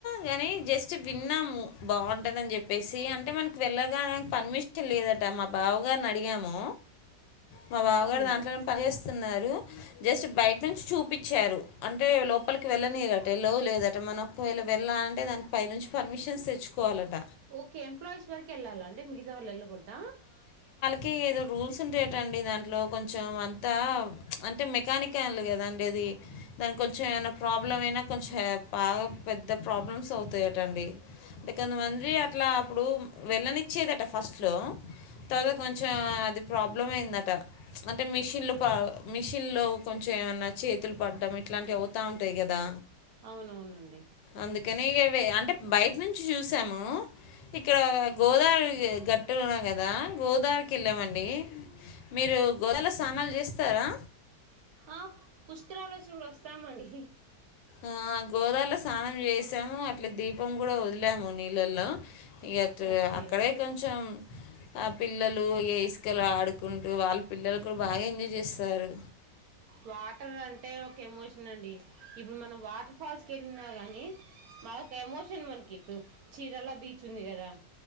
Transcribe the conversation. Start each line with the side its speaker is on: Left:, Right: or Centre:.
Left: కానీ జస్ట్ విన్నాము బాగుంటుందని చెప్పేసి అంటే మనకి వెళ్ళగాడానికి పర్మిషన్ లేదట మా బావగారిని అడిగాము. మా బావగారు
Right: అవునా
Left: దాంట్లోనే పనిచేస్ తున్నారు జస్ట్ బయట నుంచి చూపించారు అంటే లోపలికి వెళ్ళనీరట ఎలో లేదట మనం ఒకవేళ వెళ్ళాలంటే దానికి పై నుంచి పర్మిషన్స్ తెచ్చుకోవాలట.
Right: ఓకే ఎంప్లాయీస్ వరకు వెళ్ళాలండి మిగతా వాళ్ళు వెళ్ళకూడదా
Left: కే ఏదో రూల్స్ ఉంటాయ టండి దాంట్లో కొంచెం అంతా ప్చ్ అంటే మెకానికల్ కదా అండి అది, దానికి కొంచెం ఏమైనా ప్రాబ్లం అయినా కొంచెం బాగా పెద్ద ప్రాబ్లమ్స్ అవుతాయట అండి, అంటే కొంతమంది అట్లా అప్పుడు వెళ్ళనిచ్చేదట ఫస్ట్లో తర్వాత కొంచెం అది ప్రాబ్ బ్లమ్ అయిందట ప్చ్ అంటే మిషిన్లు పా మిషన్లో కొంచెం ఏమైన్నా చేతులు పడ్డం ఇట్లాంటివి అవుతా ఉంటాయి కదా,
Right: అవును అవునండి
Left: అందుకని ఇక వే అంటే బయట నుంచి చూసాము ఇక్కడ గోదావరి గట్టులు ఉన్నా కదా గోదావరికి వెళ్ళామండి. మీరు గోదారిలో స్నానాలు చేస్తారా
Right: ఆ, పుష్కరాలు వచ్చినప్పుడు వస్తామండి
Left: ఆ గోదారిలో స్నానం చేసాము అట్లే దీపం కూడా వదిలాము నీళ్ళల్లో ఈ అటు
Right: ఓకే
Left: అక్కడే కొంచెం ఆ పిల్లలు ఏ ఇసుకలు ఆడుకుంటూ వాళ్ళ పిల్లలు కూడా బాగా ఎంజాయ్ చేస్తారు
Right: వాటర్ అంటే ఒక ఎమోషన్ అండి ఇప్పుడు మనం వాటర్ ఫాల్స్ కి ఎళ్ళినా గానీ మాకు ఎమోషన్ మనకి ఇప్పుడు చీరాల బీచ్ ఉంది కదా